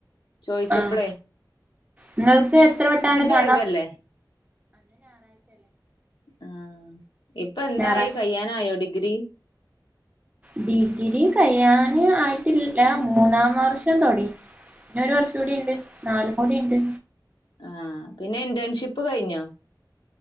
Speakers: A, on the left (about 80°); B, on the right (about 20°).
A: ചോയ്ച്ചപ്പളേ
B: ആഹ് ഇങ്ങൾക്ക് എത്ര വട്ടാണ് കാണാ
A: ഒഴിവല്ലേ ആഹ് ഇപ്പന്തായി
B: ഞായറാ
A: കയ്യാനായോ ഡിഗ്രി
B: ഡിഗ്രി കയ്യാന് ആയിട്ടില്ല മൂന്നാം വർഷം തൊടങ്ങി ഇഞ്ഞൊരു വർഷൂടിണ്ട് നാലും കൂടിണ്ട്
A: ആഹ് പിന്നെ ഇന്റേൺഷിപ്പ് കഴിഞ്ഞോ